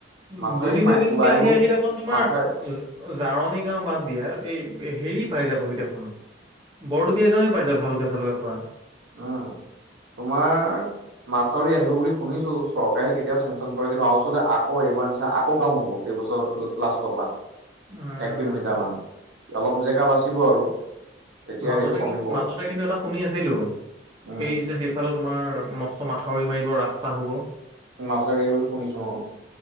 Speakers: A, on the right; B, on the right.
A: উম,
B: মাথাউৰি
A: দুদিন
B: মাই
A: দুদিনকে
B: ওলাই আহিব
A: আহি আহি দেখোন তোমাৰ
B: মাথাউৰি
A: জাৰনী গাঁও বাদ দিয়া, এই হেৰি পাই যাবহি দেখোন বৰদুবীয়া গাঁৱে পাইদে ভালকে চালকে খোৱা।
B: উম, তোমাৰ মাথাউৰি আহিব বুলি শুনিছোঁ, চৰকাৰে কেতিয়াও চেংচন কৰে কিন্তু আৰুচতে আকৌ এইবাৰ নিচিনা আকৌ কাম হ'ব এইবছৰ লাষ্টৰ পৰা।
A: উম
B: এক কিলোমিটাৰ মান, অলপ জেগা বাচ কিব আৰু তেতিয়া
A: মাজতে
B: সেইটো কমিব
A: কিন মাজতে কিন্তু এটা শুনি আছিল। টো
B: উম,
A: সেই যে তোমাৰ সেইফালে ম। মাথাউৰি মাৰিব ৰাস্তা হ'ব।
B: মথাউৰি আহিব বুলি শুনিছোঁ অ।